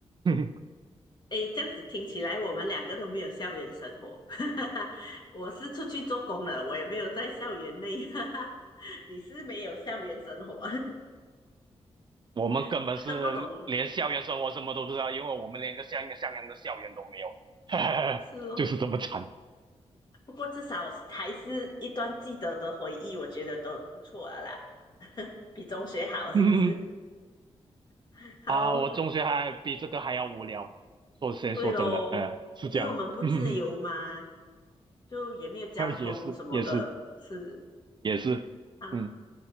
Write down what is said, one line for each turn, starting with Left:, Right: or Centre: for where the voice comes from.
Right: <laughs>
Left: 诶，这样子听起来我们两个都没有校园生活，<laughs> 我是出去做工了，我也没有在校园内，<laughs> 你是没有校园生活，
Right: 我们根本是连校园生活什么都不知道，
Left: <laughs> 这个不懂
Right: 因为我们连个像一个像样的校园都没有，<laughs>
Left: 是咯。
Right: 就是这么惨。
Left: 不过至少还是一段记得的回忆，我觉得都不错了啦，<laughs> 比中学好是不是？
Right: <laughs>
Left: <laughs> 好，
Right: 啊，我中学还比这个还要无聊。说先说真的，
Left: 对喽，
Right: 嗯，是这样，
Left: 因为我们不自由嘛，
Right: <laughs> 嗯，
Left: 就也没有交通什么的，
Right: 也是，也是，
Left: 是
Right: 也是，
Left: 好，
Right: 嗯，